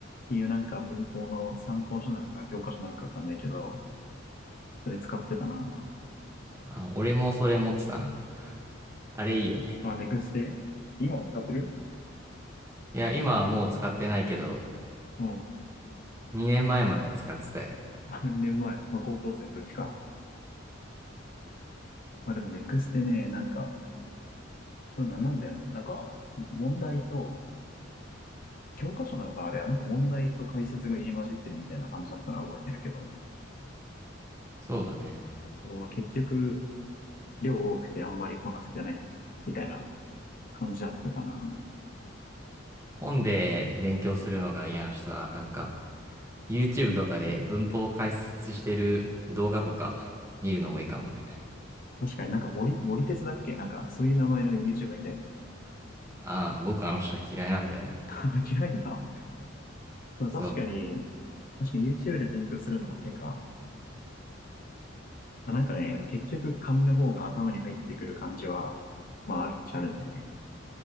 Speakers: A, on the left (about 45°); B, on the right (about 15°).
A: ていうなんか文法の参考書なのか教科書なのかわかんないけど、それ使ってたな。
B: あ、俺もそれ持ってたな。あれいいよね。
A: あ、ネクステ今も使ってる
B: いや、今はもう使ってないけど、
A: うん。
B: 2年前まえまでは使ってたよ。
A: <laughs> あの2年前、まあ、高校生の時か。まあでもネクステね、なんか、そうな、なんだよね。なんか、問題と、教科書なのかなあれは、なんか問題と解説が入り混じってるみたいな感じだったのは覚えてるけど、
B: そうだね。
A: まあ、結局、量多くてあんまりこなせてないみたいな感じだったかな。
B: 本で勉強するのが嫌な人は、なんか、YouTube とかで文法を解説してる動画とか見るのもいいかもね。
A: 確かになんか森、森鉄だっけなんか、そういう名前の YouTuber いたよね。
B: ああ、僕あの人嫌いなんだよね。
A: <laughs> 嫌いなの。まあ確かに、
B: そう。
A: 確かに YouTube で勉強するのも手か。まあなんかね、結局紙の方が頭に入ってくる感じは、まああるっちゃあるんだよね。